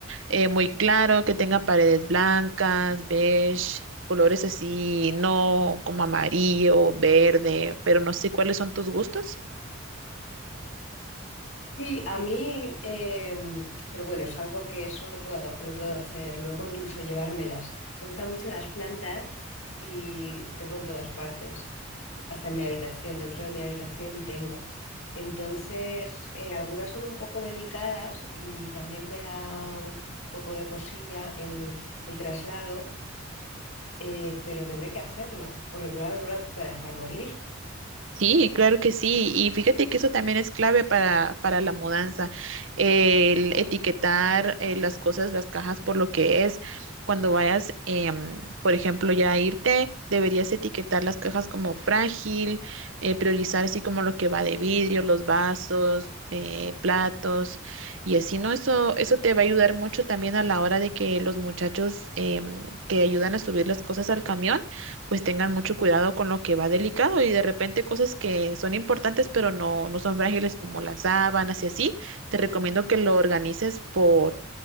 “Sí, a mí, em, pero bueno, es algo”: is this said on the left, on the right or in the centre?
Left